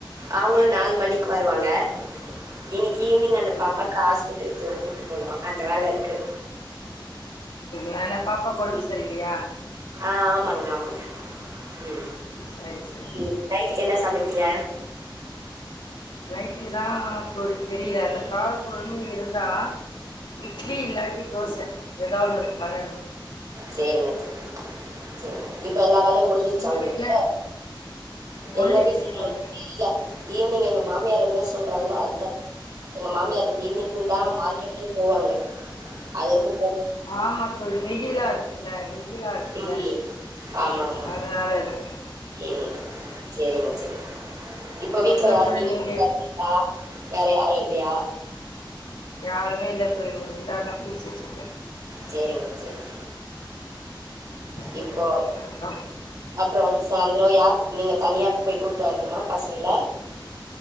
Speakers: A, on the right; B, on the left.
A: அவுங்களு நாலு மணிக்கு வருவாங்க இன்னைக்கு ஈவினிங் அந்த
B: ம்.
A: பாப்பாக்கு ஹாஸ்பிட் இருக்கு அங்க கூப்ட்டு போனு அந்த வேல இருக்கு
B: எதுனான்ன பாப்பாக்கு ஒடம்பு
A: ம்
B: சரி இல்லையா
A: ஆ ஆமாங்க ஆமாங்க ம்
B: சரி, சரி.
A: ம் நைட்டுக்கு என்ன சமைப்பீங்க
B: நைட்டுக்கு தா தோழி தெரில அந்த கார கொழம்பு இருந்தா இட்லி இல்லாட்டி தோச எதாவது ஒன்னு பண்ணணு
A: சேரிங்க தோழி சரி இப்ப எல்லா வேலையு மு முஞ்சிச்சா
B: உங்க
A: உங்களுக்கு
B: வீட்ல? முடிஞ்சிச்சு
A: எங்க வீட்ல
B: தோழி
A: இல்ல ஈவினிங் எங்க மாமியார் என்ன சொல்றாங்களோ அதுதா எங்க மாமியார் ஈவினிங் ஈவினிங் தா மார்க்கெட்கே போவாங்க அதற்கு
B: ஆமா தோழி வெயிலா இருக்குல்ல வெயிலா இருக்குல்ல
A: ம் ஆமா ஆமா
B: அதனால இருக்கும்
A: ம் சரிங்க சரிங்க இப்ப வீட்ல
B: அப்புறோ
A: யாரு
B: தோழி
A: <inaudible> குத்தனுப்பி
B: நீங்க
A: த வேற யாரு இல்லையா
B: யாருமே இல்ல தோழி உங்ககிட்ட அதா பேசிட்ருக்க
A: சேரிங்க சேரி
B: சொல்லுங்க
A: இப்போ
B: தோழி அப்புறோ
A: அப்றோ சாந்த்ரோ யார் நீங்க தனியா போய் கூட்டு வரணுமா பசங்கள